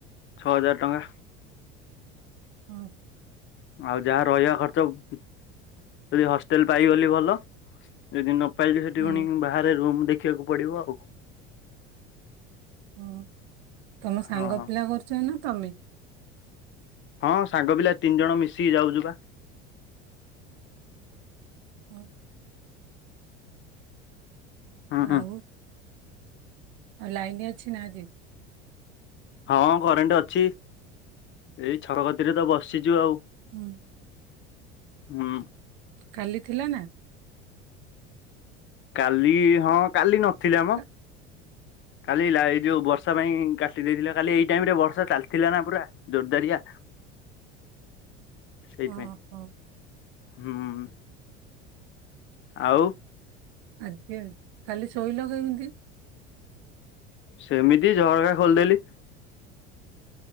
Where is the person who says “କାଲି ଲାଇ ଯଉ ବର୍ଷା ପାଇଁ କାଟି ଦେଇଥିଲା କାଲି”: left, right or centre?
Left